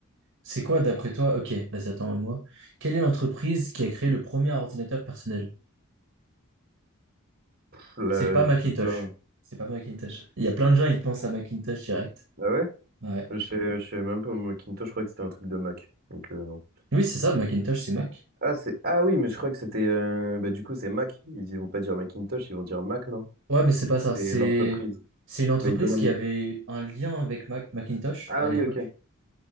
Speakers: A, on the right; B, on the right.
A: C'est quoi, d'après toi? Ok, vas-y, attends à moi. Quelle est l'entreprise qui a créé le premier ordinateur personnel?
B: Pff, là,
A: C'est pas Macintosh.
B: je sais pas.
A: C'est pas Macintosh. Il y a plein de gens, ils pensent à Macintosh direct.
B: Ah ouais?
A: Ouais.
B: Je sais, je sais même pas, moi, Macintosh, je crois que c'était un truc de Mac. Donc euh, non.
A: Oui, c'est ça, Macintosh, c'est Mac.
B: Ah c'est ah oui, mais je crois que c'était euh, bah du coup c'est Mac. Ils ils vont pas dire Macintosh, ils vont dire Mac, non?
A: Ouais, mais c'est pas ça.
B: C'est
A: C'est
B: l'entreprise.
A: c'est une entreprise
B: Mais ils demandent.
A: qui avait un lien avec Mac- Macintosh
B: Ah
A: à
B: oui,
A: l'époque.
B: ok.